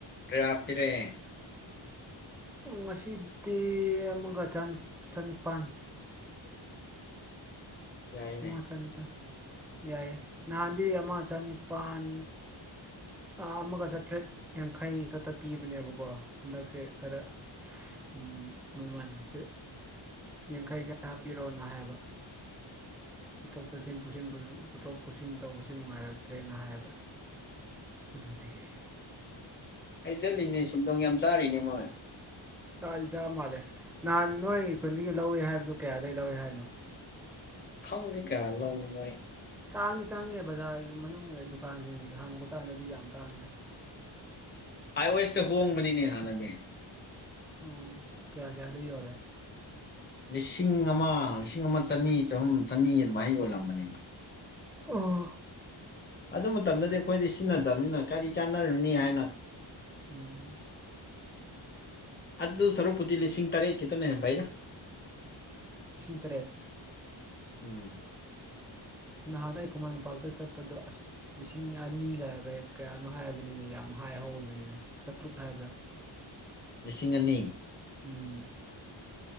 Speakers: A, on the left; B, in the centre.
A: ꯀꯥꯌ ꯄꯤꯔꯦ
B: ꯉꯁꯤꯗꯤ ꯑꯃꯒꯇꯅꯦ ꯆꯥꯅꯤꯄꯥꯜ
A: ꯌꯥꯏꯅꯦ
B: ꯑꯃ ꯆꯅꯤꯄꯥꯜ ꯌꯥꯏꯑꯦ ꯅꯍꯥꯟꯗꯤ ꯑꯃ ꯆꯅꯤꯄꯥꯜ ꯑꯥ ꯑꯃꯒ ꯆꯥꯇ꯭ꯔꯦꯠ ꯌꯥꯡꯈꯩ ꯈꯛꯇ ꯄꯤꯕꯅꯦꯕꯀꯣ ꯍꯟꯗꯛꯁꯦ ꯈꯔ ꯎꯝ ꯃꯃꯟꯁꯦ ꯌꯥꯡꯈꯩꯁꯦ ꯍꯥꯞꯄꯤꯔꯣꯅ ꯍꯥꯏꯕ ꯆꯠꯊꯣꯛ ꯆꯠꯁꯤꯟ ꯄꯨꯊꯣꯛ ꯄꯨꯁꯤꯟ ꯇꯧꯕꯁꯤ ꯅꯨꯡꯉꯥꯏꯔꯛꯇ꯭ꯔꯦꯅ ꯍꯥꯏꯕ ꯑꯗꯨꯗꯨꯒꯤ
A: ꯍꯩꯖꯤꯜꯂꯤꯅꯦ ꯁꯦꯟꯗꯣꯡ ꯌꯥꯝ ꯆꯥꯔꯤꯅꯦ ꯃꯣꯏ
B: ꯆꯥꯗꯤ ꯆꯥ ꯃꯥꯜꯂꯦ ꯅꯍꯥꯟ ꯅꯣꯏ ꯈꯨꯟꯗꯒꯤ ꯂꯧꯏꯑꯦ ꯍꯥꯏꯕꯗꯨ ꯀꯥꯌꯗꯒꯤ ꯂꯧꯏ ꯍꯥꯏꯅꯣ
A: ꯈꯪꯗꯦ ꯀꯥꯌ ꯂꯧꯕꯅꯣ ꯃꯣꯏ
B: ꯇꯥꯡꯗꯤ ꯇꯥꯡꯉꯦ ꯕꯖꯥꯔꯒꯤ ꯃꯅꯨꯡ ꯗꯨꯀꯥꯟꯁꯤꯡꯒꯤ ꯍꯪꯕ ꯀꯥꯟꯗꯗꯤ ꯌꯥꯝ ꯇꯥꯡꯉꯦ
A: ꯑꯥꯏ ꯑꯣ ꯑꯦꯁꯇ ꯍꯣꯡꯕꯅꯤꯅꯦ ꯍꯥꯟꯅꯗꯤ
B: ꯑꯣ ꯀꯌꯥ ꯀꯌꯥꯗ ꯌꯣꯜꯂꯦ
A: ꯂꯤꯁꯤꯡ ꯑꯃ ꯂꯤꯁꯤꯡ ꯑꯃ ꯆꯅꯤ ꯆꯍꯨꯝ ꯆꯅꯤ ꯑꯗꯨꯃꯥꯏꯅ ꯌꯣꯜꯂꯝꯕꯅꯤꯅꯦ
B: ꯎꯝ
A: ꯑꯗꯨ ꯃꯇꯝꯗꯗꯤ ꯑꯈꯣꯏꯗꯤ ꯁꯤꯖꯤꯟꯅꯗꯕꯅꯤꯅ ꯀꯔꯤ ꯀꯥꯟꯅꯔꯨꯅꯤ ꯍꯥꯏꯅ
B: ꯎꯝ
A: ꯑꯗꯨ ꯁꯔꯨꯛꯄꯨꯗꯤ ꯂꯤꯁꯤꯡ ꯇꯔꯦꯠ ꯈꯤꯇꯨꯅ ꯍꯦꯟꯅ ꯐꯩꯗ
B: ꯂꯤꯁꯤꯡ ꯇꯔꯦꯠ
A: ꯎꯝ
B: ꯅꯍꯥꯟ ꯑꯩ ꯈꯨꯃꯟ ꯂꯝꯄꯥꯛꯇ ꯆꯠꯄꯗꯣ ꯑꯁ ꯂꯤꯁꯤꯡ ꯑꯅꯤꯒ ꯀꯌꯥꯅꯣ ꯍꯥꯏꯕꯅꯤꯅꯦ ꯌꯥꯝ ꯍꯥꯏ ꯍꯧ ꯑꯣꯏꯕꯅꯤꯅꯦ ꯆꯥꯇ꯭ꯔꯨꯛ ꯍꯥꯏꯕ꯭ꯔꯥ
A: ꯂꯤꯁꯤꯡ ꯑꯅꯤ
B: ꯎꯝ